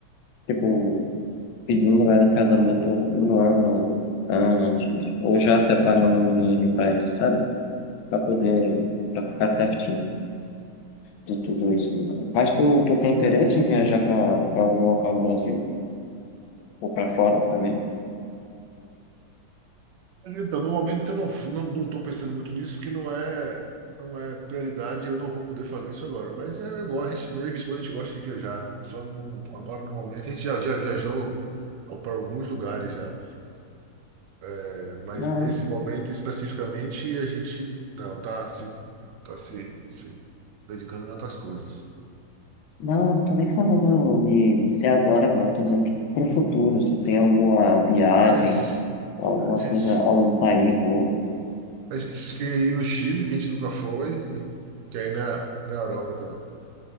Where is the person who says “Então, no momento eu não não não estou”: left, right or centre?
Right